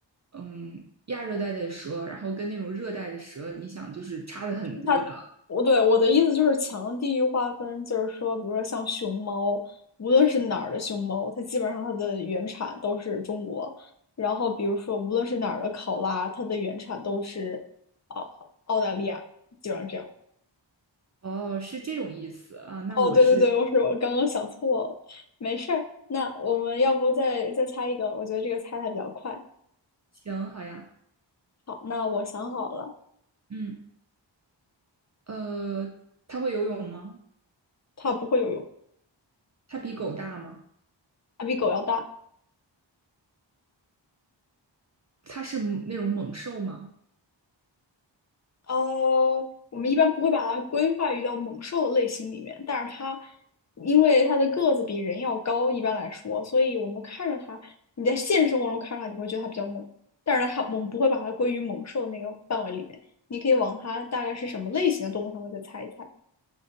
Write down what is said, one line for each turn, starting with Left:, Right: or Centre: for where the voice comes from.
Right: 嗯亚热带的蛇，然后跟那种热带的蛇，你想就是差的很多的。
Left: 它，我对我的意思就是强地域划分，就是说，比如说像熊猫，无论是哪儿的熊猫，它基本上它的原产都是中国。然后，比如说无论是哪儿的考拉，它的原产都是啊、澳大利亚，基本上这样。
Right: 哦，是这种意思啊，那我是
Left: 哦，对对对，我是我刚刚想错了，没事儿。那我们要不再再猜一个？我觉得这个猜的比较快。
Right: 行，好呀，
Left: 好，那我想好了，
Right: 嗯，呃，它会游泳吗？
Left: 它不会游泳，
Right: 它比狗大吗？
Left: 它比狗要大。
Right: 它是那种猛兽吗？
Left: 呃，我们一般不会把它规划于到猛兽的类型里面，但是它因为它的个子比人要高，一般来说，所以我们看着它，你在现实生活中看着它，你会觉得它比较猛，但是它我们不会把它归于猛兽那个范围里面。你可以往它大概是什么类型的动物上面再猜一猜，